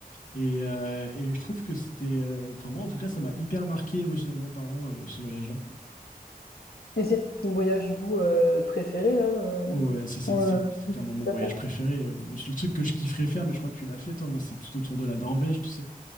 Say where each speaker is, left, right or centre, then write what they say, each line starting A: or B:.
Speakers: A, on the left; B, on the left.
A: Et, euh, et je trouve que c'était, euh, enfin moi en tout cas, ça m'a hyper marqué émotionnellement parlant, euh, ce voyage-là.
B: Et c'est ton voyage du coup euh, préféré là? euh,
A: Ouais, ça c'est
B: en,
A: c'est-
B: euh,
A: c'est clairement mon
B: t'as
A: voyage préféré. Euh, Le truc que je kifferais faire, mais je crois que tu l'as fait toi, moi c'est tout autour de la Norvège, tu sais.